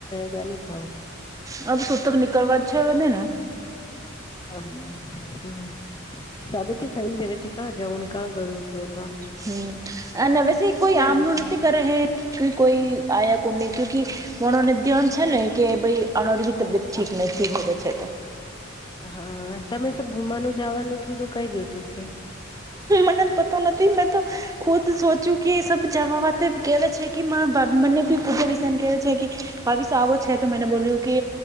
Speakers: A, on the left; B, on the right.
A: ડ જ
B: આ તો સુૂત્ર નિકલવાજ છે વને
A: હ હમ સાબથી સાહીન વિ કા જઉન કા ગરું છુન ક
B: હમ અને ના વેસે કોઈ આમ
A: વ્યો?
B: ન ઉનતિ કરે કે કોઈ આયા કોને કુ મણને ધ્યાન છે ને કે ભાઈ અણરીી તબિયત ઠીક નથી હોવે છે તો
A: હા તમે સબ ગુમાવાનું જવાનું થું તો કઈ્યું તો છે
B: પતા નથી નથી મેં તો ખુદ સોચું કે સબથી જમાાવતે કેહેવે છે કે મા બાપ મને ભી પૂજા વિષન કરવે છે કે ભાવિશ આવો છે તો મેને બોલ્યું કે